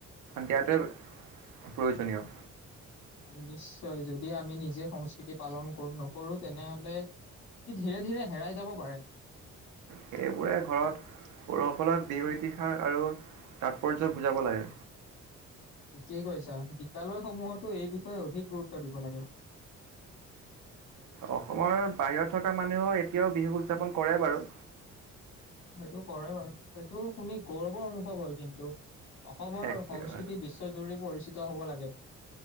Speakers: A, on the right; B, on the left.
A: দিয়াটোৱে প্ৰয়োজনীয়
B: অলিছ নিশ্চয় যদি আমি নিজে সংস্কৃতি পালন কৰো নকৰো তেনেহলে ই ধীৰে ধীৰে হেৰাই যাব পাৰে
A: সেইবোৰে ঘৰত সৰুসকলক বিহু ইতিহাস আৰু তাৎপৰ্য বুজাব লাগে
B: ঠিকেই কৈছা বিদ্যালয়সমূহতো এই বিষয়ে অধিক গুৰুত্ব দিব লাগে
A: অসমৰ বাহিৰত থকা মানুহে এতিয়াও বিহুক উদযাপন কৰে বাৰু
B: সেইটো কৰে বাৰু সেইটো শুনি গৌৰৱৰ অনুভৱ হয় কিন্তু অসমৰ
A: একেবাৰে
B: সংস্কৃতি বিশ্ব জৰুৰী পৰিস্থিতি হ'ব লাগে